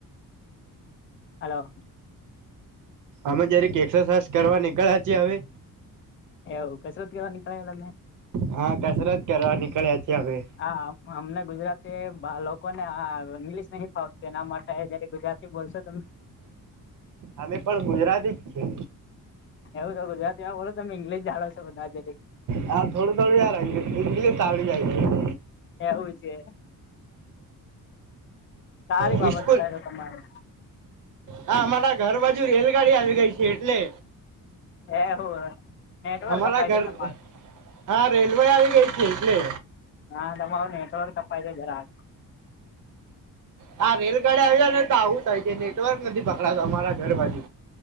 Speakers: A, on the left (about 35°); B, on the right (about 60°).
A: હલો.
B: અમે જ્યારેક એક્સરસાઇઝ કરવા નીકળ્યાીએ હવે.
A: એવું. કસરત કવા નની ક એ તમે?
B: હા કસરત કરવા નીકળ્યા છીએ હવે.
A: હા અમને ગુજરાતી લોકોને ઇંગ્લિશ નહી ફાવતું. એના માટે જયારે ગુજરાતી. બોલશો તમે.
B: અમે પણ ગુજરાતી જ છીએ.
A: એવું તો ગુજરાતીમાં બોલો તમે. ઇંગ્િશ જાાવ છો બધાજ.
B: હ થોડું થોડીુંાર. ઇંગ્લીશ ત આવળ જાય છે.
A: એવું છે. સારી
B: છે
A: બાબત
B: સ્કૂલ
A: ક છે તમારે.
B: હા! અમારા ઘર બાજુ, રેલગાડી આવી ગઈ છે એટલે.
A: એ હોું. નેટવર્ક
B: અમારા
A: ફાયદ
B: ઘર
A: તમારે.
B: હા રેલવે આવી ગઈ છે એટલે
A: હા તમારૂ નેટવર્ કપાય છે જરા
B: હા રેલગાડીે આવ્યા ને. આવું થાય કે, નેટવર્ક નથી પકડાતો. અમારા ઘર બાજુ.